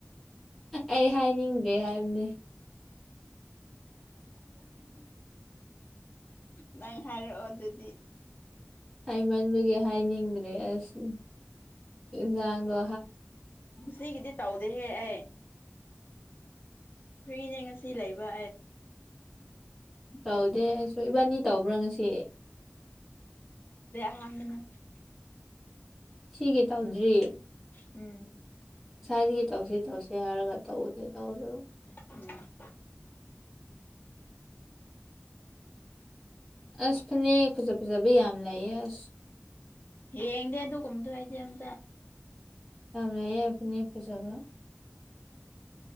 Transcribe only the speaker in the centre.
ꯑꯩ ꯍꯥꯏꯅꯤꯡꯗ꯭ꯔꯦ ꯍꯥꯏꯕꯅꯤ
ꯍꯥꯏꯃꯟꯕꯒꯤ ꯍꯥꯏꯅꯤꯡꯗ꯭ꯔꯦ ꯑꯁ ꯏꯟꯁꯥꯡꯗꯣ
ꯇꯧꯗꯦ ꯑꯩꯁꯨ ꯏꯕꯥꯅꯤ ꯇꯧꯕ꯭ꯔꯥ ꯉꯁꯤ
ꯁꯤꯒꯤ ꯇꯧꯗ꯭ꯔꯤꯌꯦ
ꯁꯋꯥꯏꯗꯒꯤ ꯇꯧꯁꯤ ꯇꯧꯁꯤ ꯍꯥꯏꯔꯒ ꯇꯧꯗꯦ ꯇꯧꯗꯕ
ꯑꯁ ꯐꯅꯦꯛ ꯐꯖꯥ ꯐꯖꯕ ꯌꯥꯝ ꯂꯩꯌꯦ ꯑꯁ
ꯌꯝ ꯂꯩꯌꯦ ꯐꯅꯦꯛ ꯐꯖꯕ